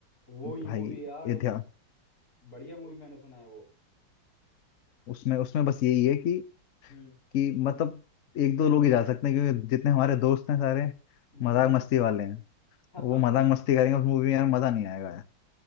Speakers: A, on the left; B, on the left.
A: वो ही
B: भाई
A: मूवी यार
B: इतिहास
A: बढ़िया मूवी मैंने सुना है वो
B: उसमें उसमें बस यही है कि
A: हम्म
B: कि मतलब एक दो लोग ही जा सकते हैं क्योंकि जितने हमारे दोस्त हैं सारे
A: हम्म
B: मजाक मस्ती वाले हैं
A: <laughs>
B: वो मजाक मस्ती करेंगे उस मूवी में यार मजा नहीं आएगा यार